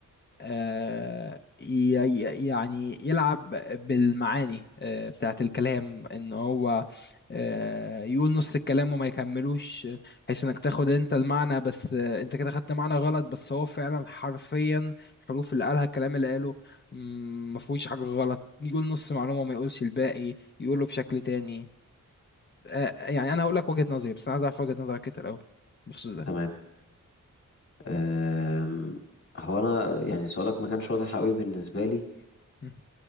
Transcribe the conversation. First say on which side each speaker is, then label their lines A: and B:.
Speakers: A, on the left; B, on the left.
A: آه، ي- ي- يعني يلعب بالمعاني آه، بتاعة الكلام ان هو آه، يقول نص الكلام وما يكملوش آه، بحيث انك تاخد انت المعنى بس آه، انت كده خدت معنى غلط بس هو فعلا حرفيا الحروف اللي قالها الكلام اللي قاله مم، ما فيهوش حاجة غلط يقول نص معلومة وما يقولش الباقي يقوله بشكل تاني آه، يعني انا هقول لك وجهة نظري بس انا عايز اعرف وجهة نظرك انت الاول بخصوص ده
B: تمام أم، هو انا يعني سؤالك ما كانش واضح قوي بالنسبه لي
A: مم.